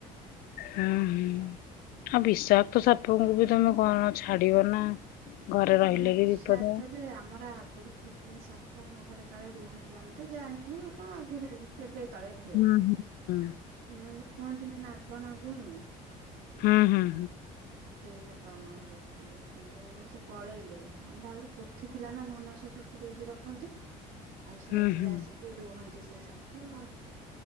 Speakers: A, on the left (about 75°); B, on the right (about 70°).
A: ହୁଁ ହୁଁ। ଆଉ ବିଷାକ୍ତ ସାପଙ୍କୁ ବି ତମେ କଣ ଛାଡିବ ନା। ଘରେ ରହିଲେ
B: ନା ନା ବିଷାକ୍ତ
A: ବି ବିପଦ।
B: ଯେ ଆମର ଆଗରୁ ଥିଲେ ସାପ ଆମ ଘରେ କାଳେ ରୁହନ୍ତି ଆମେ ତ ଜାଣିନୁ ଆଗରୁ କେବେ ତଳେ ରୁହେ
A: ହୁଁ ହୁଁ।
B: ମାନେ ଯୋଉ କୁହନ୍ତିନି ନାଗ ନାଗୁଣୀ
A: ହୁଁ ହୁଁ।
B: ସେଇ ସାପ ଆମ ଘରେ ଥିଲେ କିନ୍ତୁ ସେ ପଳେଇଲେ ଆମର ଆଗରୁ କୋଠି ଥିଲା ନା ଧାନ ସବୁ। ଦେଇକି ରଖନ୍ତି ଆଉ ସେଇଥିରେ
A: ହୁଁ ହୁଁ
B: ଆସିକି ରୁହନ୍ତି ସେ ସାପ।